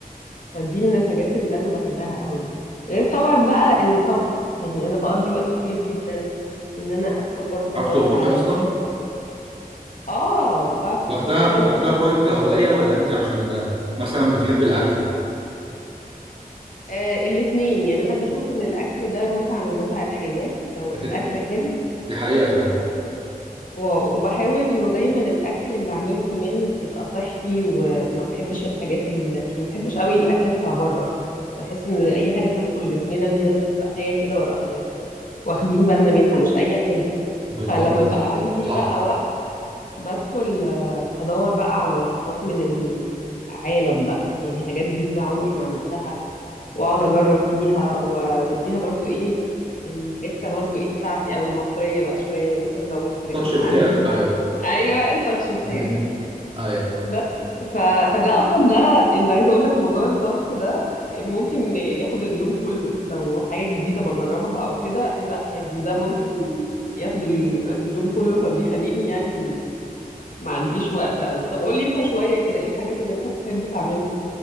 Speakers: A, on the left (about 60°); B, on the right (about 40°).
A: فدي من الحاجات اللي انا بحبها قوي غير طبعا بقى الطبخ يعني انا بقضي وقت كبير جدا ان انا ادخل برضو
B: عارف
A: ادور
B: تطبخي
A: على
B: اصلا
A: اه بعرف
B: واخدها
A: اطبخ كويس
B: واخدها
A: جدا
B: طيب كهوايه ولا انت عشان مثلا بتحب الاكل
A: آه الاتنين يعني انا بشوف ان الاكل ده متعة من متع الحياة لو
B: ده
A: الاكل
B: كده
A: حلو
B: دي حقيقه فعلا
A: و- وبحاول انه دايما الاكل اللي اعمله كمان يبقى صحي وما بحبش الحاجات ال... يعني ما بحبش قوي الاكل بتاع بره بحس ان اي حاجه بتدخل جسمنا دي لازم تبقى حاجه كده و- يعني واخدين بالنا منها مش اي حاجه
B: بالظبط
A: فلما بقى عندي
B: صح
A: بقى وقت بدخل آه، ادور بقى على وصفات من العالم بقى يعني حاجات جديده عمري ما عملتها واقعد اجرب فيها و- وبديها برضو ايه الحته برضو ايه بتاعتي او المصريه بقى شويه يعني ممكن ازود حاجات
B: التاتش
A: من
B: بتاعك
A: عندي
B: ايوه
A: <laughs> ايوه التاتش بتاعي
B: <laughs> ايوه
A: بس ف... فده اصلا ده اللي عايزه اقول لك موضوع الطبخ ده ممكن ياخد اليوم كله لو حاجه جديده بجربها او كده لا يعني ده ممكن ياخد ال- اليوم كله فبيخليني يعني م- ما عنديش وقت قوي طب قول لي انت شويه كده ايه الحاجات اللي انت بتحب تعملها